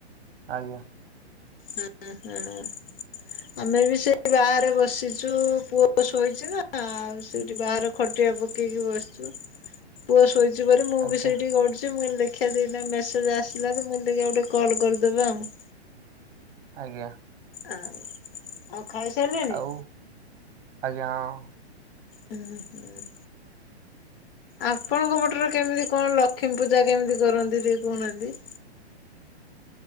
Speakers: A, on the right; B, on the left.
A: ଆଜ୍ଞା।
B: ହୁଁ ହୁଁ। ଆମେ ବି ସେ-ଇ ବାହାରେ ବସିଛୁ ପୁ-ଅ ଶୋଇଛି ନା- ଆଉ ସେଇଠି ବାହାର- ଖଟିଆ ପକେଇକି ବସିଚୁ।
A: <inaudible>
B: ପୁଅ ଶୋଇଛି ବୋଲି ମୁଁ
A: ଆଜ୍ଞା
B: ବି ସେଇଠି ଗଡୁଚି। ମୁଁ କହିଲି ଦେଖ-୍ ହେଇଟି ଏଇନା ମେସେଜ୍ ଆସିଲା ତ, ମୁଁ କହିନି ଦେଖିଆ ଗୋଟେ କଲ କରିଦେବା ଆଉ।
A: ଆଜ୍ଞା।
B: ଆଁ ଆଉ ଖାଇ ସାଇଲେଣିି?
A: ଆଉ ଆଜ୍ଞା ହଁ।
B: ହୁଁ ହୁଁ। ଆପଣଙ୍କ ପଟରେ କେମିତି କଣ ଲକ୍ଷ୍ମୀ ପୂଜା କେମିତି କରନ୍ତି ଯୋଉ କହୁନାହାନ୍ତି?